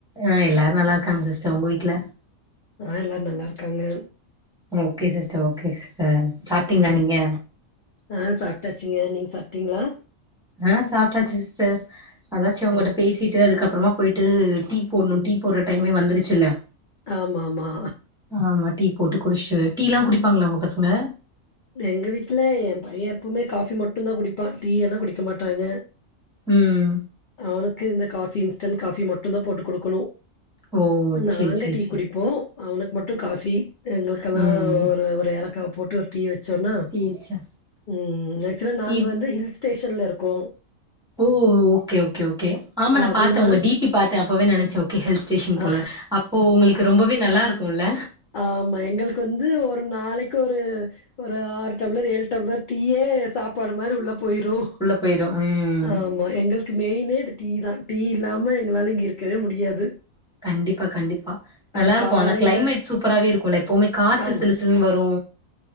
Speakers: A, in the centre; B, on the left.
A: ஆ எல்லாரு நல்லாருக்காங்க சிஸ்டர் உங்க வீட்ல
B: ஆ எல்லாரு நல்லாருக்காங்க
A: ஓகே சிஸ்டர் ஓகே சிஸ்டர் சாப்ட்டீங்ளா நீங்க
B: ஆ சாப்ட்டாச்சுங்க நீங்க சாப்ட்டீங்ளா
A: ஆ சாப்ட்டாச்சு சிஸ்டர் அதாச்சு உங்கட்ட
B: ஓகே
A: பேசி டு அதுக்கப்றமா போயிட்டு டீ போட்ணு டீ போடுற டைமே வந்துருச்சுல்ல
B: ஆமாமா
A: ஆமா டீ போட்டு குடிச்ட்டு டீலா குடிப்பாங்ளா உங்க பசங்க
B: எங்க வீட்ல எ பைய எப்பமே காஃபி மட்டு தா குடிப்பா டீயெல்லா குடிக்க மாட்டாங்க
A: ம்
B: அவனுக்கு இந்த காஃபி இன்ஸ்டன்ட் காஃபி மட்டுந்தா போட்டு குடுக்கணு
A: ஓ
B: நாங்க
A: சேரி சேரி
B: டீ
A: சேரி
B: குடிப்போ அவனுக்கு மட்டு காஃபி எங்களுக்கெல்லா
A: ம்
B: ஒரு ஒரு ஏலக்கா போட்டு ஒரு டீ வச் சோன்னா
A: டீ வச்சா
B: ம் ஆக்சுவலா நாங்க
A: டீ
B: வந்து ஹில்ஸ்டேஷன்ல இருக்கோ
A: ஓ ஓகே ஓகே ஓகே ஆமா நா
B: அதனா
A: பாத்த உங்க டி பி பாத்தே அப்பவே நெனச்சே ஓகே ஹில்ஸ்டேஷன்
B: ஆ
A: போல அப்போ உங்களுக்கு ரொம்பவே நல்லாருக்குல்ல
B: ஆமா எங்களுக்கு வந்து ஒரு நாளைக்கு ஒரு ஒரு ஆறு டம்ளர் ஏழு டம்ளர் டீயே சாப்பாடு மாரி உள்ள போயிரு
A: உள்ள போயிடும். ம்.
B: ஆமா எங்களுக் கு மெயினே இது டீ தா டீ இல்லாம எங்களால இங்க இருக்கவே முடியாது
A: கண்டிப்பா கண்டிப்பா நல்லாருக்கு
B: அது காலையில
A: ஆனா கிளைமேட் சூப்பராவே இருக்குல்ல எப்பவுமே காத்து
B: ஆமா.
A: சிலு சி டுன் வரு